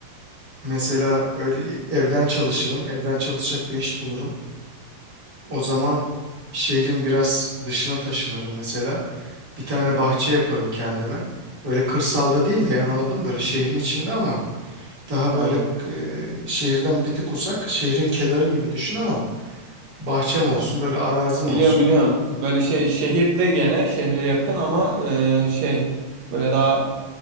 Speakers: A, on the right (about 30°); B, on the right (about 65°).
A: mesela öyle evden çalışırım. Evden çalışacak bir iş bulurum. O zaman şehrin biraz dışına taşınırım mesela. Bir tane bahçe yaparım kendime. Öyle kırsalda değil de yani anladın mı? Böyle şehrin içinde ama daha
B: Ha.
A: böyle e, şehirden bir tık uzak. Şehrin kenarı gibi düşün ama bahçem olsun böyle arazim
B: Biliyorum
A: olsun.
B: biliyorum. Böyle şey şehirde gene şehre yakın ama e, şey böyle daha